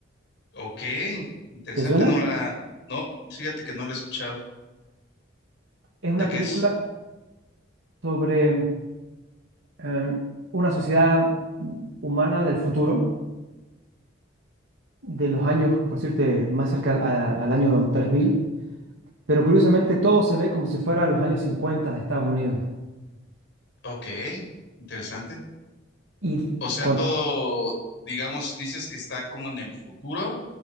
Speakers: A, on the left; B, on the right.
A: Ok, in- interesante.
B: ¿Te suena?
A: No la... No, fíjate que no la he escuchado.
B: Es
A: ¿De
B: una
A: qué
B: película
A: es?
B: sobre em, una sociedad humana del futuro, de los años, por decirte, más cerca al, a- al año 3000. Pero curiosamente todo se ve como si fuera los años 50 de Estados Unidos.
A: Ok, interesante.
B: Y
A: O sea,
B: cuando,
A: todo, digamos, dices que está como en el futuro,